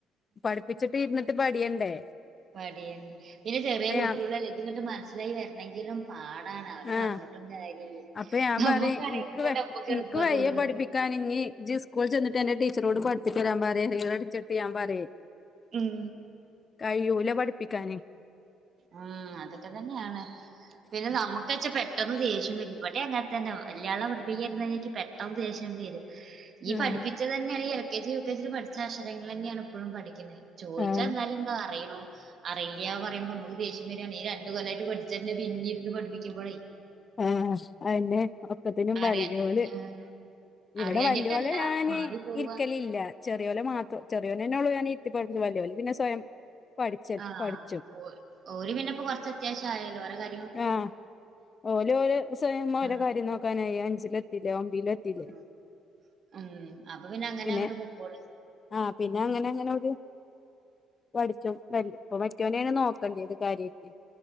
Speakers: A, on the left (about 40°); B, on the right (about 55°).
A: പഠിപ്പിച്ചിട്ട് ഇര്ന്നിട്ട് പടിയണ്ടേ
B: പടിയ പിന്നെ ചെറിയ കുട്ട്യോൾടെ
A: ഞാൻ
B: <unintelligible> മനസ്സിലായി വ ര്ണെങ്കിലും പാടാണ് അവരെ
A: ആഹ്
B: പർഞ്ഞിട്ടും കാര്യല്ലേ
A: അപ്പൊ ഞാൻ
B: നമ്മക്ക്
A: പറിം
B: അറിയുന്നോണ്ട്
A: ൻക്ക്
B: നമ്മക്ക് എളുപ്പാ
A: ൻക്ക് വെയ്യെ
B: തോന്നണത്
A: പഠിപ്പിക്കാന് ഇഞ്ഞി ജ് സ്കൂള് ചെന്നിട്ട് അന്റെ ടി ടീച്ചറോട് പഠ്പ്പിച്ചരാ പറേ ടീച്ചറെട്ച്ച്ട്ട് ഞാൻ പറ്യേ
B: ഉം
A: കഴിയൂല പഠിപ്പിക്കാന്
B: ആ അതൊക്കെ തന്നെയാണ് പിന്നെ നമുക്ക്ച്ചാ പെട്ടെന്ന് ദേശ്യം വരും പെ അങ്ങൻതന്നെ വല്ലാതെ പഠിപ്പിക്കാര്ന്ന എനിക്ക് പെട്ടെന്ന് ദേശ്യം വരും ഈ പഠിപ്പിച്ചത്
A: ആഹ്
B: തന്നെയാ ഇ കെജി യുകെജി പഠിച്ച അക്ഷരങ്ങളെന്നെയാണ് ഇപ്പഴും പഠിക്ക്ന്നെ ചോയ്ച്ചാ
A: ആഹ്
B: എന്നാലെന്താ അറിയോ അറിയില്ല പറയുമ്പം നമുക്ക് ദേഷ്യം വരാണേ ഈ രണ്ടു കൊല്ലായിട്ട് പഠിച്ചന്നെ പിന്നി ഇര്ന്ന് പഠിപ്പിക്കുമ്പഴേ
A: ആ അതന്നെ ഒക്കത്തിനും <unintelligible>
B: അറിയ
A: ഞ്ഞാേല്
B: ആ
A: ഇവടെ
B: അറിയാഞ്ഞിട്ടല്ല
A: വല്ല്യാേനെ ഞാന്
B: മാറി പോവുക
A: ഇര്ക്കല് ല്ല ചെറ്യാേലെ മാത്രം ചെറിയോനന്നെ ഉള്ളൂ ഞാന് ഇര്ത്തി പടിപ്പ്ച്ച്ണെ വല്ല്യാേല് പിന്നെ സ്വയം പഠിച്ച
B: ആ
A: പഠിച്ചു
B: ഒ ഓല് പിന്നെപ്പോ കൊർച്ചത്യാവശ ആയാല്ലോ ഓലെ കാ
A: ആ ഓല് ഓല് സ്വയം ഓരോ
B: ആ,
A: കാര്യം നോക്കാനായി അഞ്ചിലെത്തീലെ ഓൻ വിലെത്തിലെ
B: ഉം, ഉം, അപ്പൊ അങ്ങനെ
A: പിന്നെ
B: അങ്ങോട്ട് പൊക്കോള്
A: ആ പിന്നെ അങ്ങനെ അങ്ങനെ ഒരു പഠിച്ചും തല്ലും പ്പൊ മറ്റാേനേണ് നോക്കണ്ട്യേത് കാര്യായിട്ട്